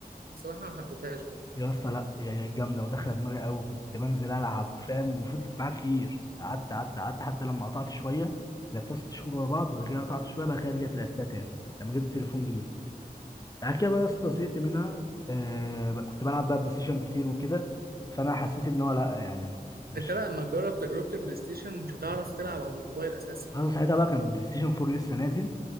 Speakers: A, on the right; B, on the left.
A: بصراحه ما حبيتهاش برضو
B: يا اسطى لا يا يا جامدة وداخلة دماغي قوي كنت بنزل ألعب فاهم وفضلت معايا كتير قعدت قعدت قعدت حتى لما قطعت شوية لعبتها ست شهور ورا بعض وبعد كده قطعت شوية بقى كده رجعت لعبتها تاني لما جبت تليفون جديد بعد كده بقى يا اسطى زهقت منها آه بقى- كنت بلعب بقى بلاي ستيشن كتير وكده فانا حسيت ان هو لا يعني مش
A: انت لا لما تجرب تجربه البلاي ستيشن مش هتعرف تلعب على الموبايل اساسا
B: انا ساعتها بقى كان بلاي ستيشن 4 لسه نازل